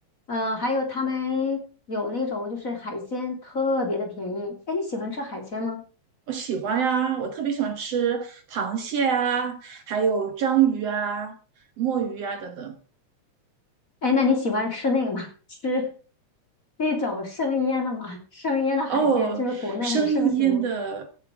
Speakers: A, on the left (about 25°); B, on the right (about 60°).
A: 嗯、还有他们有那种就是海鲜特别的便宜。诶，你喜欢吃海鲜吗？
B: 我喜欢呀，我特别喜欢吃螃蟹啊，还有章鱼啊、墨鱼啊等等。
A: 诶，那你喜欢吃那个吗？<laughs> 吃那种生腌的吗？生腌的海鲜就是国内很盛行，
B: 哦，生腌的，